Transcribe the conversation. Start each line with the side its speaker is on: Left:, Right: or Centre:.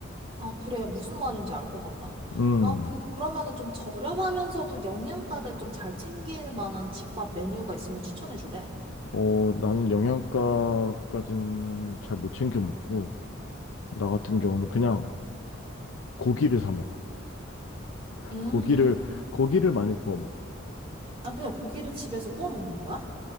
Right: 아, 그래요. 무슨 말인지 알 것 같다.
Left: 음.
Right: 아, 근, 그러면은 좀 저렴하면서도 영양가를 좀 잘 챙길 만한 집밥 메뉴가 있으면 추천해 줄래?
Left: 어, 나는 영양가까지는 잘 못 챙겨 먹고, 나 같은 경우는 그냥 고기를 사 먹어.
Right: 음,
Left: 고기를, 고기를 많이 구워 먹어.
Right: 아, 그냥 고기를 집에서 구워 먹는 거야?